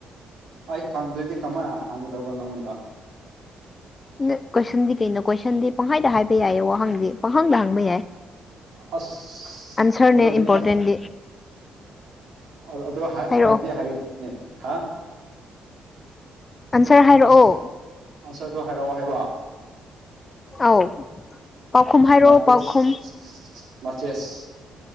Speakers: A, on the right (about 75°); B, on the left (about 30°).
A: ꯑꯩ ꯈꯪꯗ꯭ꯔꯦꯥꯗꯤ ꯀꯃꯥꯏ ꯍꯪꯒꯗꯧꯕ ꯅꯪꯉꯣꯟꯗ
B: ꯅ ꯀꯣꯏꯁꯟꯗꯤ ꯀꯩꯅꯣ ꯀꯣꯏꯁꯟꯗꯤ ꯄꯪꯍꯥꯏꯗ ꯍꯥꯏꯕ ꯌꯥꯏꯌꯦ ꯋꯥꯍꯪꯗꯤ ꯄꯪꯍꯪꯗ ꯍꯪꯕ ꯌꯥꯏ
A: ꯑꯁ
B: ꯑꯟꯁꯔꯅꯦ
A: ꯑꯗꯨꯗꯤ
B: ꯏꯝꯄꯣꯔꯇꯦꯟꯗꯤ
A: ꯍꯥꯏꯔꯛ ꯑꯗꯨ ꯑꯗꯨ
B: ꯍꯥꯏꯔꯛꯑꯣ
A: ꯍꯥꯏꯕꯗꯤ ꯍꯥꯢꯒꯅꯤꯅꯦ ꯍꯥ
B: ꯑꯟꯁꯔ ꯍꯥꯏꯔꯛꯑꯣ
A: ꯑꯟꯁꯔꯗꯣ ꯑꯟꯁꯔꯗꯣ ꯍꯥꯏꯔꯛꯑꯣ ꯍꯥꯏꯕ
B: ꯑꯧ ꯄꯥꯎꯈꯨꯝ ꯍꯥꯏꯔꯛꯑꯣ
A: ꯃꯥꯆꯦꯁ
B: ꯄꯥꯎꯈꯨꯝ
A: ꯃꯥꯆꯦꯁ